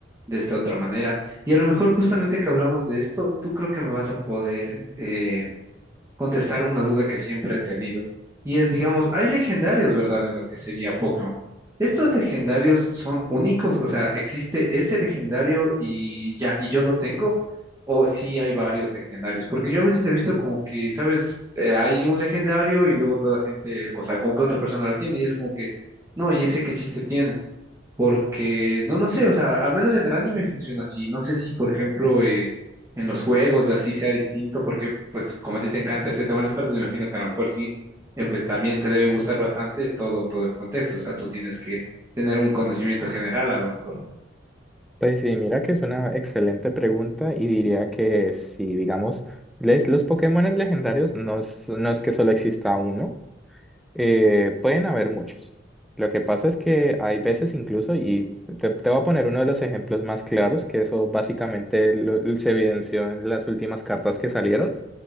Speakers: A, on the right (about 15°); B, in the centre.
A: de esta otra manera. Y a lo mejor justamente que hablamos de esto, tú creo que me vas a poder eh, contestar una duda que siempre he tenido. Y es, digamos, hay legendarios, ¿verdad? En lo que sería Pokémon. ¿Estos legendarios son únicos? O sea, ¿existe ese legendario y ya, y yo lo tengo? ¿O sí hay varios legendarios? Porque yo a veces he visto como que, ¿sabes? Eh, hay un legendario y luego toda gente, o sea, como que otra persona lo tiene y es como que, no, ¿y ese qué chiste tiene? Porque, no, no sé, o sea, al menos en el anime funciona así. No sé si, por ejemplo, eh, en los juegos así sea distinto, porque, pues, como a ti te encanta este tema de las cartas, me imagino que a lo mejor sí, eh, pues también te debe gustar bastante todo, todo el contexto. O sea, tú tienes que tener un conocimiento general a lo mejor.
B: Pues sí, mira que es una excelente pregunta y diría que si, digamos, les, los Pokémon legendarios no es, no es que solo exista uno, eh, pueden haber muchos. Lo que pasa es que hay veces incluso, y te, te voy a poner uno de los ejemplos más claros, que eso básicamente lo- se evidenció en las últimas cartas que salieron,